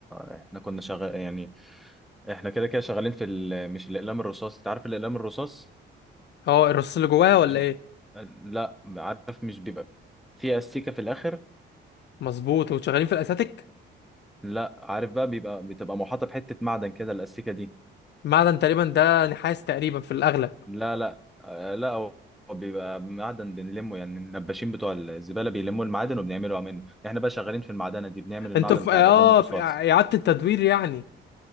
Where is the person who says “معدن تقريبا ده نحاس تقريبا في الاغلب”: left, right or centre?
Left